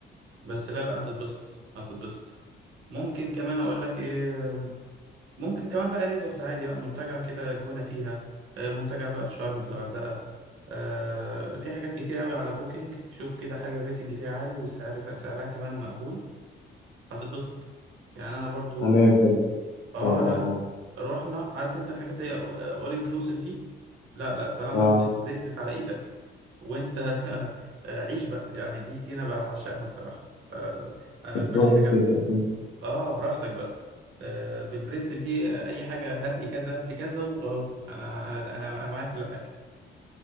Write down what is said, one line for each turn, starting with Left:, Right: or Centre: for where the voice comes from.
Right: بس لا لا هتتبسط هتتبسط ممكن كمان اقول لك ايه ممكن كمان بقى ريزورت عادي بقى منتجع كده الجونة فيها آه، منتجع بقى في شرم في الغردقة آه، في حاجات كتير قوي على بوكينج شوف كده حاجة الريتنج فيها عالي والسعر سعرها كمان مقبول هتتبسط يعني انا برضو
Left: تمام طب
Right: اه
Left: اه
Right: لا
Left: اه اه
Right: رحنا عارف انت الحاجات اللي اول انكلوسيف دي لا لا طالما
Left: اه
Right: البريسلت على ايدك وانت <laughs> عيش بقى يعني دي دي انا بعشقها بصراحة آه، انا
Left: طب
Right: كل
Left: كويس
Right: حاجة
Left: جدا
Right: اه براحتك بقى آه بالبريسلت دي آه، اي حاجه هات لي كذا هات لي كذا واهو انا انا انا انا معايا كل حاجه